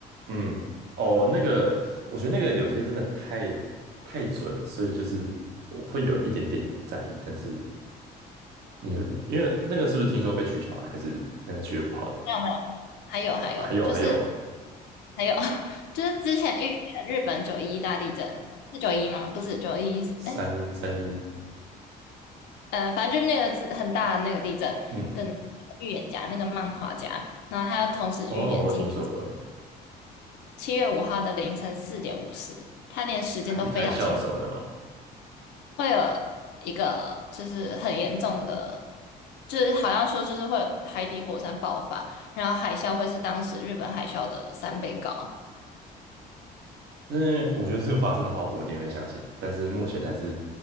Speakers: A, on the right; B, on the left.
A: 嗯，哦，那个，我觉得那个有些真的太太准了，所以就是我会有一点点在意，但是你会因为那个是不是听说被取消了，还是那个七月五号的？啊
B: 没有没有，没有还有还有就是
A: 还有还有
B: 还有 <laughs> 就是之前预言日本九一一大地震是九一吗？不是九一是哎
A: 三三一，
B: 呃，反正就那个是很大的那个地震的预言家，
A: 嗯，
B: 那个漫画家，然后他又同时预言今年
A: 哦，我有听说过那个
B: 七月五号的凌晨四点五十，他连时间都非常清。
A: 海海啸什么的嘛，
B: 会有一个就是很严重的，就是好像说就是会有海底火山爆发，然后海啸会是当时日本海啸的三倍高。
A: 那我觉得这个发生的话，我一定会相信，但是目前还是